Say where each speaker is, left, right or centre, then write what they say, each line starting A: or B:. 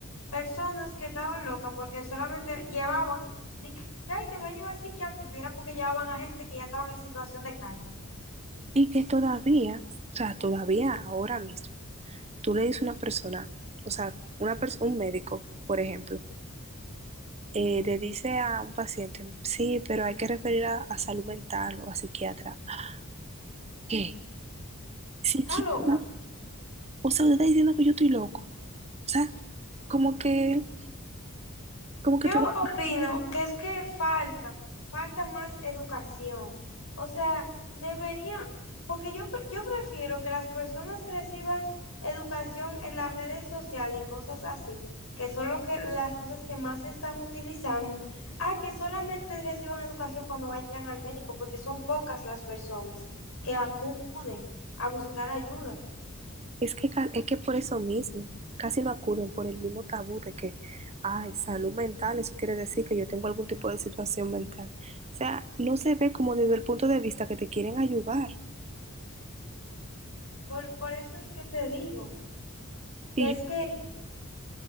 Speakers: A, on the left; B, on the right.
A: personas que estaban locas porque solamente llevaban, de que, ay, te voy a llevar al psiquiátrico y era porque llevaban a gente que ya estaban en situación de calle.
B: Y que todavía, o sea, todavía ahora mismo, tú le dices a una persona, o sea, una pers- un médico, por ejemplo, eh, le dice a un paciente, sí, pero hay que referir a, a salud mental o a psiquiatra. ¿A ¿Qué? ¿Psiquiatra?
A: Está loca.
B: O sea, usted está diciendo que yo estoy loco. O sea, como que, como
A: Yo
B: que todo.
A: opino que es que falta, falta más educación. O sea, debería, porque yo, pre- yo prefiero que las personas reciban educación en las redes sociales y cosas así, que son lo que, las cosas que más se están utilizando, a que solamente reciban educación cuando vayan al médico, porque son pocas las personas que acuden a buscar ayuda.
B: Es que, ca- es que por eso mismo, casi no acuden por el mismo tabú de que, ay, salud mental, eso quiere decir que yo tengo algún tipo de situación mental. O sea, no se ve como desde el punto de vista que te quieren ayudar.
A: Por, por eso es que te digo, que
B: Y
A: es
B: yo,
A: que